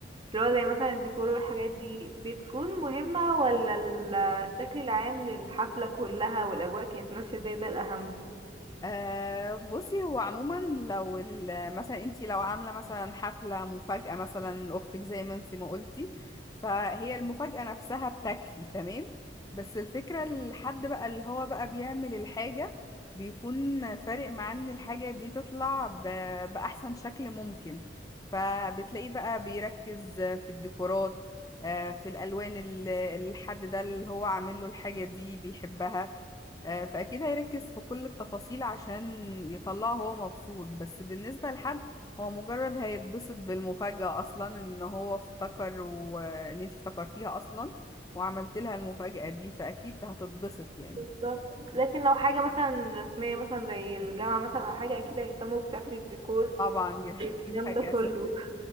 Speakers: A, on the right (about 30°); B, on the left (about 20°).
A: اللي هو زي مثلا الديكور والحاجات دي بتكون مهمة ولا ال- الشكل العام للحفلة كلها والأجواء كانت ماشية زي ده الأهم
B: أه بصي هو عموما لو ال- مثلا انتي لو عامله مثلا حفله مفاجاه مثلا لاختك زي ما انتي ما قلتي فهي المفاجاه نفسها بتكفي تمام بس الفكره الحد بقى اللي هو بقى بيعمل الحاجه بيكون فارق معاه ان الحاجه دي تطلع ب- باحسن شكل ممكن فبتلاقيه بقى بيركز في الديكورات آه، في الالوان اللي اللي الحد ده اللي هو عامل له الحاجه دي بيحبها آه، فأكيد هيركز في كل التفاصيل عشان يطلعه هو مبسوط بس بالنسبة لحد هو مجرد هيتبسط بالمفاجأة أصلا إن هو افتكر وإن أنت افتكرتيها أصلا وعملت لها المفاجأة دي فأكيد هتتبسط يعني
A: بالظبط لكن لو حاجة مثلا رسمية مثلا زي الجامعة مثلا أو حاجة أكيد هيهتموا بشكل الديكور
B: طبعا ج-
A: الكلام
B: <laughs> دي حاجة
A: ده كله
B: أساسية